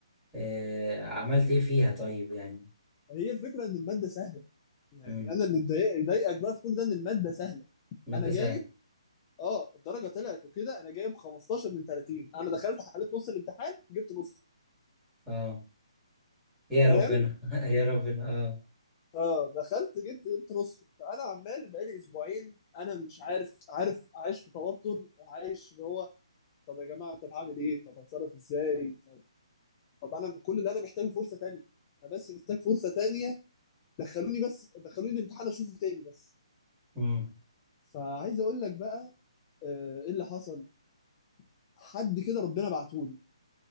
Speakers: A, in the centre; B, on the left.
A: آه... عملت ايه فيها طيب يعني
B: هي الفكره ان الماده سهله يعني
A: امم
B: انا اللي مضايق- ضايقك بقى في كل ده ان الماده سهله
A: ماده
B: انا جاي
A: سهله
B: اه الدرجه طلعت وكده انا جايب 15 من 30 انا دخلت حليت نص الامتحان جبت نص
A: اه يا
B: فاهم
A: ربنا <laughs> يا ربنا اه
B: اه دخلت جبت جبت نص فانا عمال بقالي اسبوعين انا مش عارف عارف عايش في توتر وعايش اللي هو طب يا جماعه طب هعمل ايه طب هتصرف ازاي طب, طب انا كل اللي انا محتاجه فرصه تانية انا بس محتاج فرصه تانية دخلوني بس دخلوني الامتحان اشوفه تاني بس
A: امم
B: فعايز اقول لك بقى آه، ايه اللي حصل حد كده ربنا بعتهولي